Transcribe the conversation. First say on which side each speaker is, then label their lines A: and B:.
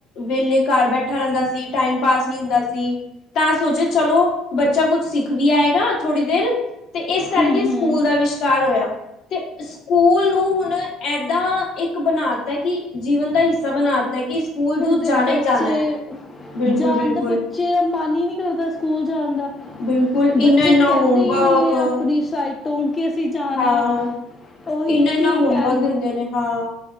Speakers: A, on the left; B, on the left.
A: ਵੇਲੇ ਘਰ ਬੈਠਾ ਰਹਿੰਦਾ ਸੀ, ਟਾਈਮ ਪਾਸ ਨੀ ਹੁੰਦਾ ਸੀ, ਤਾਂ ਸੋਚੇ ਚਲੋ, ਬੱਚਾ ਕੁਛ ਸਿੱਖ ਵੀ ਆਏਗਾ, ਥੋੜੀ ਦੇਰ ਤੇ ਇਸ ਕਰਕੇ
B: ਹੂੰ ਹੂੰ
A: ਸਕੂਲ ਅਵਸ਼ਕਾਰ ਹੋਇਆ। ਤੇ ਸਕੂਲ ਨੂੰ ਹੁਣ ਏਦਾਂ ਇੱਕ ਬਣਾ ਤਾਂ ਕਿ ਜੀਵਨ ਦਾ ਹਿੱਸਾ ਬਣਾ ਤਾਂ ਕਿ ਸਕੂਲ ਨੂੰ
B: ਤੇ
A: ਜਾਣਾ
B: ਬੱਚੇ,
A: ਹੀ ਜਾਣਾ ਹੈ ਬਿਲਕੁਲ
B: ਜਾਣ
A: ਬਿਲਕੁਲ
B: ਦਾ ਬੱਚੇ ਦਾ ਮਨ ਹੀ ਨੀ ਕਰਦਾ ਸਕੂਲ ਜਾਣ ਦਾ।
A: ਬਿਲਕੁਲ
B: ਬੱਚੇ
A: ਇੰਨਾ ਇੰਨਾ
B: ਕਹਿੰਦੇ
A: ਹੋਮਵਰਕ
B: ਹੀ ਨਹੀਂ ਹੈ ਆਪਣੀ ਸਾਈਡ ਤੋਂ ਕਿ ਅਸੀਂ ਜਾਣਾ
A: ਹਾਂ,
B: ਹੈ ਉਹੀ
A: ਇਨਾ-ਇਨਾ
B: ਤੇ ਕੀ
A: ਹੋਮਵਰਕ
B: ਕਹਿਣ
A: ਦਿੰਦੇ ਨੇ, ਹਾਂ।